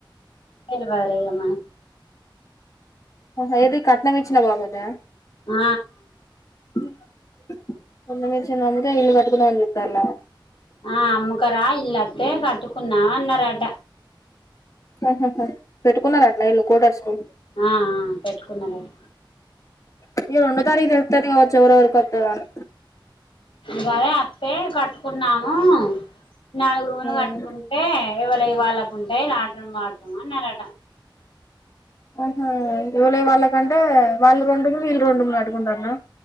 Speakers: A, on the left; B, on the left.
A: ఎవరే అమ్మ
B: హ ఏది కట్నం ఇచ్చిన బాపత్దా
A: ఆ
B: <unintelligible> అమ్ముతే ఇల్లు కట్టుకుందాం అనిచుతాల్లా
A: ఆ అమ్మకరా ఇళ్లుఅట్లే కట్టుకుందాం అన్నరట
B: ఆహ పెట్టుకున్నారటన కోటర్స్కూ
A: ఆ పెట్టుకున్నారట
B: ఇగ రెండో తారీఖు తే లుతదీ కావచ్చు ఎవలెవలకు అత్తదోని
A: గదే అత్తే కట్టుకుందాము ఆ నాలుగు రూములు
B: ఉమ్
A: కట్టుకుంటే ఎవలయి వాళ్ళకుంటయి లాట్రూమ్ బత్రూమ్ అని అన్నారట
B: ఆహా ఎవలయి వాళ్లకు అంటే వాళ్ళ రెండు వీళ్ళు రెండు కట్టుకుంటాల్లా